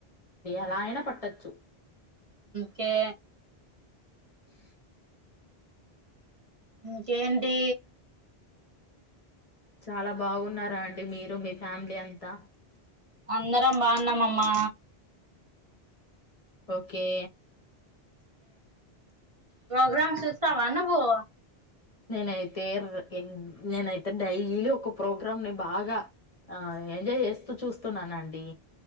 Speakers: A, on the left; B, on the right.
A: ఎలా అయినా పట్టొచ్చు
B: కే
A: అహ
B: ఇంకేంటి
A: చాలా బాగున్నారా అండి మీరు మీ ఫ్యామిలీ అంతా
B: అందరం బాగున్నామమ్మా
A: ఓకే
B: ప్రోగ్రామ్ చూస్తావా నువ్వు
A: నేనైతే నేనైతే డైలీలో ఒక ప్రోగ్రామ్ ని బాగా ఆ ఎంజాయ్ చేస్తూ చూస్తున్నానండి